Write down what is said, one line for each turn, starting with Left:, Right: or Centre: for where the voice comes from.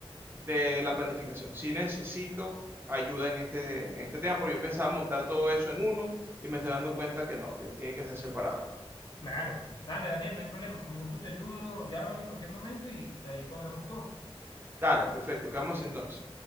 Right: de la planificación. Sí necesito ayuda en este, en este tema porque yo pensaba montar todo eso en uno y me estoy dando cuenta que no, que tiene que ser separado.
Left: Claro, dale Daniel, no hay problema, con gusto te ayudo, llámame en cualquier momento y ahí cuadramos todo.
Right: Dale, perfecto. ¿Qué vamos a hacer entonces?